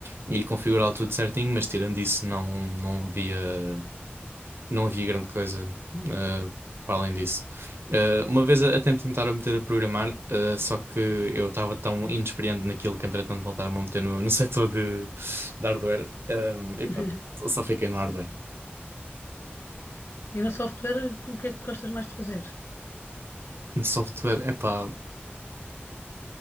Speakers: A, on the right; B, on the left.
A: e configurar tudo certinho, mas tirando isso não, não havia não havia grande coisa eh, para além disso. Eh, uma vez a- até me tentaram meter a programar, eh, só que eu estava tão inexperiente naquilo que entretanto voltaram-me a meter no, no <laughs> setor de, de hardware. Eh, e
B: <laughs>
A: pronto, só fiquei no hardware.
B: E no software, o que é que gostas mais de fazer?
A: No software, é pá.